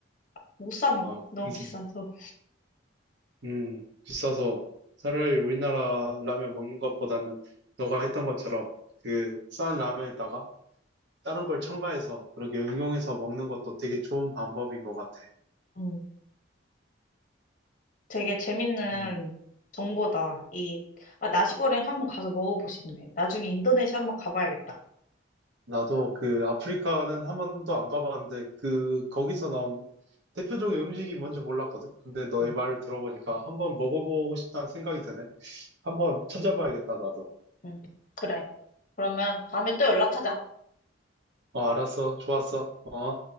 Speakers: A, on the left; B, on the right.
A: 못 사 먹어.
B: 아,
A: 너무
B: 그래서
A: 비싸서.
B: 음, 비싸서 차라리 우리나라 라면 먹는 것보다는 너가 했던 것처럼 그 싼 라면에다가 다른 걸 첨가해서 그렇게 응용해서 먹는 것도 되게 좋은 방법인 것 같아.
A: 응. 되게 재밌는
B: 음,
A: 정보다. 이, 아, 나시고랭 한번 가서 먹어보고 싶네. 나중에 인도네시아 한번 가봐야겠다.
B: 나도 그 아프리카는 한 번도 안 가봤는데 그 거기서 나온 대표적인 음식이 뭔지 몰랐거든. 근데 너의
A: 응.
B: 말을 들어보니까 한번 먹어보고 싶다는 생각이 드네. 한번 찾아봐야겠다, 나도.
A: 응. 그래. 그러면 다음에 또 연락하자.
B: 어, 알았어. 좋았어. 어.